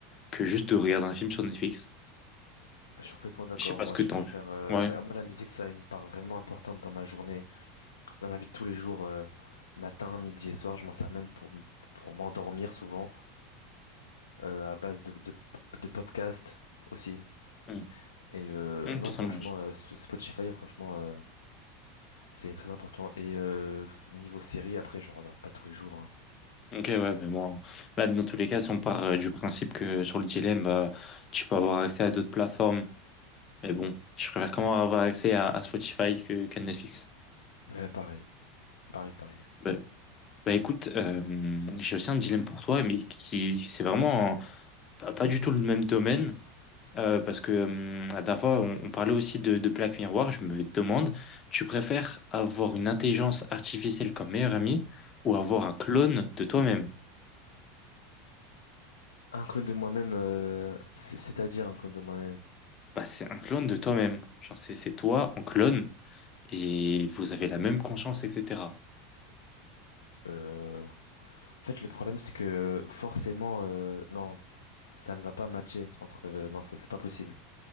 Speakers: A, on the left; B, on the left.
A: que juste de regarder un film sur Netflix.
B: Je suis complètement d'accord.
A: Je sais pas
B: Moi,
A: ce que
B: je
A: t'en...
B: préfère euh,
A: Ouais.
B: la, moi la musique, ça a une part vraiment importante dans ma journée. Dans la vie de tous les jours, euh, matin, midi et soir, je m'en sers même pour, m- pour m'endormir souvent, euh, à base de, de, de podcasts aussi.
A: Hmm.
B: Et euh,
A: Ok,
B: non,
A: ça
B: franchement,
A: marche.
B: euh, Sp- Spotify, franchement, euh, c'est très important. Et euh, niveau série, après, j'en regarde pas tous les jours, hein.
A: Ok, ouais, mais bon, même dans tous les cas, si on part euh, du principe que sur le dilemme, bah, tu peux avoir accès à d'autres plateformes, mais bon, je préfère quand même avoir accès à, à Spotify que, qu'à Netflix.
B: Mais pareil, pareil, pareil.
A: Bah, bah écoute, euh, j'ai aussi un dilemme pour toi, mais qui, c'est vraiment pas, pas du tout le même domaine, euh, parce que euh, la dernière fois, on, on parlait aussi de, de Black Mirror, je me demande, tu préfères avoir une intelligence artificielle comme meilleur ami ou avoir un clone de toi-même?
B: Un clone de moi-même, euh, c'est- c'est-à-dire un clone de moi-même.
A: Bah, c'est un clone de toi-même. Genre, c'est c'est toi en clone et vous avez la même conscience, etc.
B: Euh, en fait, le problème, c'est que forcément, euh, non, ça, ça ne va pas matcher entre. euh, non, ça, c'est pas possible.